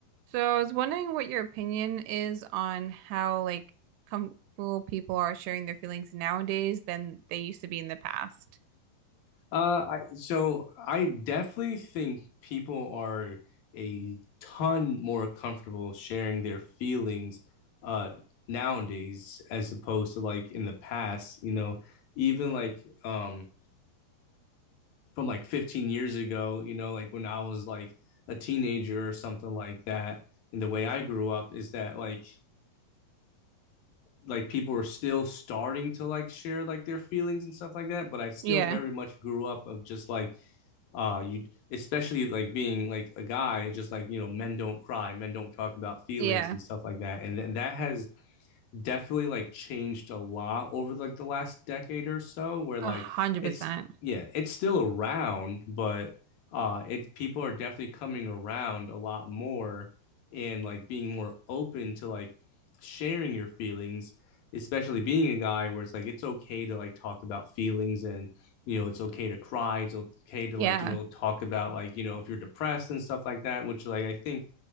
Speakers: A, on the right; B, on the left.
A: So I was wondering what your opinion is on how like comfortable people are sharing their feelings nowadays than they used to be in the past.
B: Uh, I, so I definitely think people are a ton more comfortable sharing their feelings uh nowadays as opposed to like in the past, you know, even like um from like 15 years ago, you know, like when I was like a teenager or something like that. And the way I grew up is that like like people were still starting to like share like their feelings and stuff like that, but I still
A: Yeah.
B: very much grew up of just like uh you especially like being like a guy just like you know men don't cry men don't talk about feelings
A: Yeah.
B: and stuff like that and th- that has definitely like changed a lot over like the last decade or so where
A: A
B: like
A: hundred
B: it's
A: percent.
B: yeah it's still around but uh it people are definitely coming around a lot more and like being more open to like sharing your feelings especially being a guy where it's like it's okay to like talk about feelings and you know it's okay to cry it's okay to
A: Yeah.
B: like you know talk about like you know if you're depressed and stuff like that which like I think